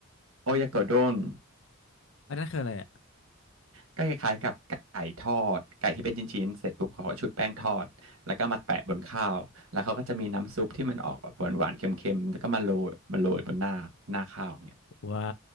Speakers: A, on the right; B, on the left.
A: โอยากโดน
B: อันนั้นคืออะไรอ่ะ
A: ก็คล้ายๆกับไก่ทอดไก่ที่เป็นชิ้นๆเสร็จปุ๊บเขาก็ชุบแป้งทอดแล้วก็มาแปะบนข้าวแล้วเขาก็จะมีน้ำซุปที่มันออกแบบหวานๆเค็มๆแล้วก็มาโรยมาโรยบนหน้าหน้าข้าวเนี่ย
B: ว้า